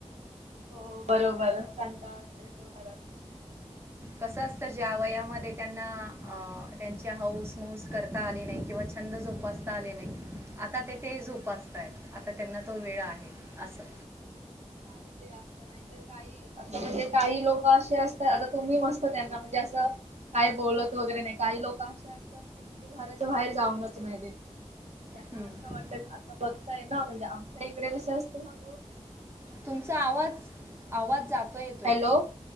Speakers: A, on the right; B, on the right.
A: हो बरोबरच सटाळ येतो घरात बसून बसून
B: कस असत ज्या वयामध्ये त्यांना अ त्यांच्या हऊस मऊस करता आले नाही किंवा छंद जोपासता आले नाही आता ते ते जोपासताय आता त्यांना तो वेळ आहे
A: हा,
B: असं
A: काही ते असं नाही तर काही आता म्हणजे काही लोक असे असतात आता तुम्ही मस्त त्यांना म्हणजे असं काय बोलत वगैरे नाही काय का लोक असे असतात की म्हणजे घराच्या बाहेर जाऊनच मा त्यांना
B: हं.
A: असं वाटत आता बघताय ना म्हणजे आमच्या इकडे कसं असतं सांगून
B: तुमचा आवाज आवाज जातो येतोय
A: हॅलो
B: तई